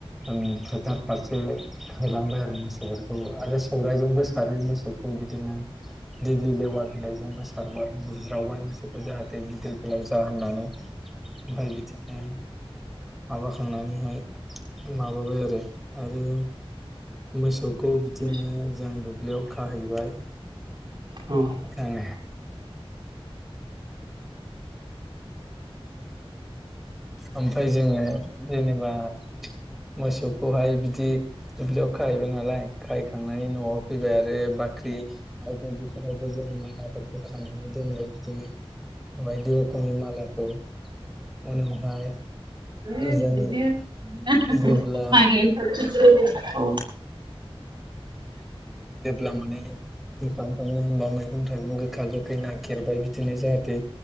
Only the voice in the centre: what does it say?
ओं फोथार फारसे होलांबाय आरो मोसौफोरखौ आरो सौरायजोंबो सारो मोसौ खौ बिदिनो देग्लि लेवा बिलाइजों बा सारबा बुज्रावबाय मोसौखौ जाहाथे गिदिर गोलाव जा होननानै ओम्फाय बिदिनो माबाखांनानैहाय माबाबाय आरो आरो मोसौखौ बिदिनो
जों दुब्लियाव खाहैबाय
<inaudible> <unintelligible> ओम्फाय जोङो जेनेबा मोसौखौहाय बिदि दुब्लियाव खाहैबाय नालाय खाहैखांनानै न'आव फैबाय आ रो बाख्रि <unintelligible> बायदिफोरावबो जों माइमाफोरखौ खानानै दोनबाय बिदिनो बायदि रोखोमनि मालाखौ उनावहाय
जों जेब्ला
जों जेब्ला माने दि खालाम खाङो होमबा मैगं थाइगं गोखा गोखै नागिरबाय बिदिनो जाहाथे